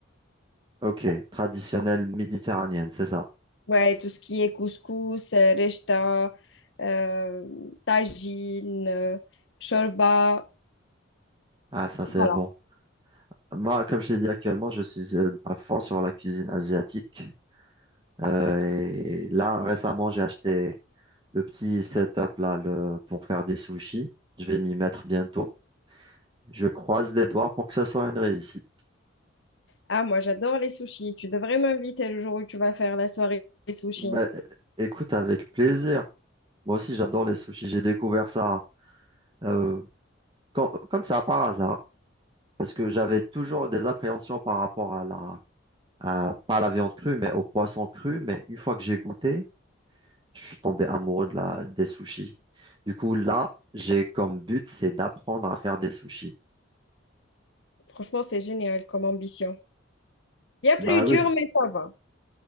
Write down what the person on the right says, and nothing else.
Ok, traditionnelle méditerranéenne, c'est ça.
Ah, ça c'est
bon. Moi, comme je t'ai dit actuellement, je suis euh, à fond sur la cuisine asiatique. Euh, et là, récemment, j'ai acheté le petit setup là le, pour faire des sushis. Je vais m'y mettre bientôt. Je croise les doigts pour que ça soit une réussite.
Bah, écoute, avec plaisir. Moi aussi, j'adore les sushis. J'ai découvert ça. euh, Com- Comme, ça, par hasard, parce que j'avais toujours des appréhensions par rapport à la, à- pas à la viande crue, mais au poisson cru. Mais une fois que j'ai goûté, je suis tombé amoureux de la, des sushis. Du coup, là, j'ai comme but, c'est d'apprendre à faire des sushis.
Bah
oui,